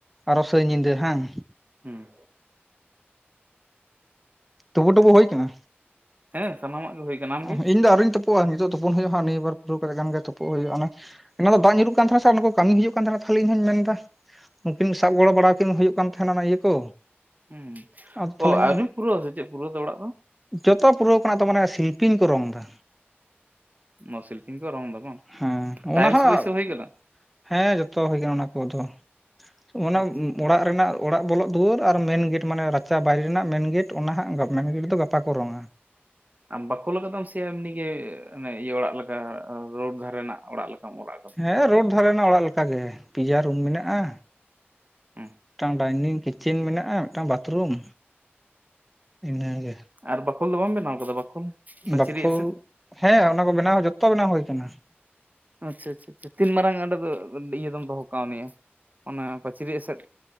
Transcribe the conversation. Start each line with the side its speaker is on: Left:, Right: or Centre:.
Centre: ᱟᱨᱚ ᱥᱮᱭ ᱧᱤᱫᱟᱹ ᱦᱟᱝ?
Right: ᱦᱩᱸ᱾
Centre: ᱛᱩᱵᱩ ᱴᱩᱵᱩ ᱦᱩᱭ ᱠᱟᱱᱟ?
Right: ᱦᱮᱸ ᱥᱟᱱᱟᱢᱟᱜ ᱜᱮ ᱦᱩᱭ ᱠᱟᱱᱟ᱾ ᱟᱢᱜᱮ
Centre: ᱚ ᱤᱧ ᱫᱚ ᱟᱹᱨᱤᱧ ᱛᱩᱯᱩᱜᱼᱟ, ᱱᱤᱛᱳᱜ ᱛᱩᱯᱩᱱ ᱦᱩᱭᱩᱜᱼᱟ ᱦᱟᱸᱜ ᱱᱤᱭᱟᱹ ᱵᱟᱨ ᱯᱩᱨᱟᱹᱣ ᱠᱟᱛᱮᱜ ᱠᱷᱟᱱ ᱜᱮ ᱛᱩᱯᱩᱜ ᱦᱩᱭᱩᱜᱼᱟ ᱚᱱᱟ ᱚᱱᱟ ᱫᱚ ᱫᱟᱜ ᱧᱩᱨᱩᱜ ᱠᱟᱱ ᱛᱟᱦᱮᱱᱟ ᱥᱮ ᱚᱱᱟ ᱠᱚᱢᱤ ᱦᱤᱡᱩᱜ ᱠᱟᱱ ᱛᱟᱦᱮᱱᱟ, ᱛᱟᱦᱞᱮ ᱤᱧᱦᱚᱧ ᱢᱮᱱ ᱫᱟ ᱱᱩᱠᱤᱱ ᱥᱟᱵ ᱜᱚᱲᱚ ᱵᱟᱲᱟ ᱠᱤᱱ ᱦᱩᱭᱩᱜ ᱠᱟᱱ ᱛᱟᱦᱮᱱᱟ ᱚᱱᱟ ᱤᱭᱟᱹ ᱠᱚ
Right: ᱦᱩᱸ
Centre: ᱟ ᱛᱟᱦᱞᱤᱧ
Right: ᱚ ᱟᱹᱣᱨᱤᱢ ᱯᱩᱨᱟᱹᱣᱟ ᱥᱮ ᱪᱮᱫ ᱯᱩᱨᱟᱹᱣ ᱫᱚ ᱚᱲᱟᱜ ᱫᱚ
Centre: ᱡᱚᱛᱚ ᱯᱩᱨᱟᱹᱣ ᱠᱟᱱᱟ ᱟᱫᱚ ᱢᱟᱱᱮ ᱥᱤᱞᱯᱤᱧ ᱠᱚ ᱨᱚᱝ ᱫᱟ᱾
Right: ᱱᱚᱣᱟ ᱥᱤᱞᱯᱤᱧ ᱠᱚ ᱨᱚᱝ ᱫᱟ ᱵᱟᱝ?
Centre: ᱦᱮᱸ ᱚᱱᱟ
Right: ᱴᱟᱭᱞᱤᱥ
Centre: ᱦᱚᱸ
Right: ᱵᱚᱭᱥᱟᱹᱣ ᱦᱩᱭ ᱠᱟᱱᱟ?
Centre: ᱦᱮᱸ ᱡᱷᱚᱛᱚ ᱦᱩᱭ ᱠᱟᱱᱟ ᱚᱱᱟ ᱠᱚᱫᱚ, ᱚᱱᱟ
Right: ᱟᱪᱪᱷᱟ
Centre: ᱚᱲᱟᱜ ᱨᱮᱱᱟᱜ ᱚᱲᱟᱜ ᱵᱚᱞᱚᱜ ᱫᱩᱣᱟᱹᱨ ᱟᱨ ᱢᱮᱱ ᱜᱮᱴ ᱢᱟᱱᱮ ᱨᱟᱪᱟ ᱵᱟᱭᱨᱮ ᱨᱮᱱᱟᱜ ᱢᱮᱱ ᱜᱮᱴ ᱚᱱᱟ ᱦᱟᱸᱜ ᱜᱟ ᱢᱮᱱᱜᱮᱴ ᱫᱚ ᱜᱟᱯᱟ ᱠᱚ ᱨᱚᱝᱼᱟ᱾
Right: ᱟᱢ ᱵᱟᱠᱳᱞ ᱠᱟᱫᱟᱢ ᱥᱮ ᱮᱢᱱᱤ ᱜᱮ ᱢᱟᱱᱮ ᱤᱭᱟᱹ ᱚᱲᱟᱜ ᱞᱮᱠᱟ ᱨᱳᱰ ᱫᱷᱟᱨᱮᱱᱟᱜ ᱚᱲᱟᱜ ᱞᱮᱠᱟᱢ ᱚᱲᱟᱜ ᱠᱟᱫᱟ?
Centre: ᱦᱮᱸ ᱨᱳᱰ ᱫᱷᱟᱨᱮᱱᱟᱜ ᱚᱲᱟᱜ ᱞᱮᱠᱟᱜ ᱜᱮ, ᱯᱮᱭᱟ ᱨᱩᱢ ᱢᱮᱱᱟᱜᱼᱟ,
Right: ᱦᱩᱸ
Centre: ᱢᱤᱫᱴᱟᱝ ᱰᱟᱭᱱᱤᱝ ᱠᱤᱪ ᱪᱤᱱ ᱢᱮᱱᱟᱜᱼᱟ, ᱢᱤᱫᱴᱟᱝ ᱵᱟᱛᱷᱨᱩᱢ ᱤᱱᱟᱹᱜᱮ᱾
Right: ᱟᱨ ᱵᱟᱠᱷᱳᱞ ᱫᱚ ᱵᱟᱢ ᱵᱮᱱᱟᱣ ᱠᱟᱫᱟ ᱵᱟᱠᱷᱳᱞ? ᱯᱟᱹᱪᱨᱤ
Centre: ᱵᱟᱠᱷᱳᱞ
Right: ᱮᱥᱮᱫ
Centre: ᱦᱮᱸ ᱚᱱᱟ ᱠᱚ ᱵᱮᱱᱟᱣ ᱡᱷᱚᱛᱚ ᱵᱮᱱᱟᱣ ᱦᱩᱭ ᱟᱠᱟᱱᱟ᱾
Right: ᱟᱪᱪᱷᱟ ᱟᱪᱪᱷᱟ ᱟᱪᱪᱷᱟ, ᱛᱤᱱ ᱢᱟᱨᱟᱝ ᱚᱸᱰᱮ ᱫᱚ ᱤᱭᱟᱹ ᱫᱚᱢ ᱫᱚᱦᱚ ᱠᱟᱣᱱᱤᱡ-ᱟ? ᱚᱱᱟ ᱯᱟᱹᱪᱨᱤ ᱮᱥᱮᱫ᱾